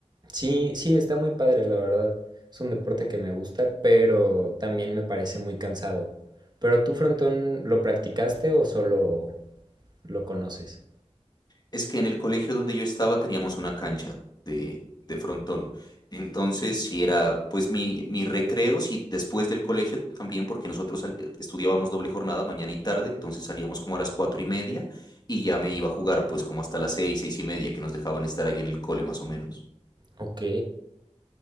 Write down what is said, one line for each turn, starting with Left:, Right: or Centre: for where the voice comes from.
Right: sí, sí, está muy padre, la verdad. Es un deporte que me gusta, pero también me parece muy cansado. ¿Pero tú, frontón, lo practicaste o solo lo conoces?
Left: Es que en el colegio donde yo estaba teníamos una cancha de, de frontón. Entonces, si era pues mi, mi recreo, si después del colegio también, porque nosotros sal- estudiábamos doble jornada mañana y tarde, entonces salíamos como a las cuatro y media y ya me iba a jugar pues como hasta las seis, seis y media, que nos dejaban estar allí en el cole más o menos.
Right: Ok.